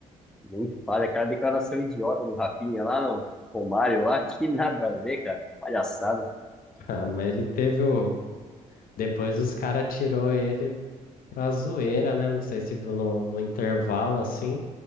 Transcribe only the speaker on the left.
Ah, mas ele teve o. Depois os caras tirou ele pra zoeira, né? Não sei se viu no, no intervalo assim.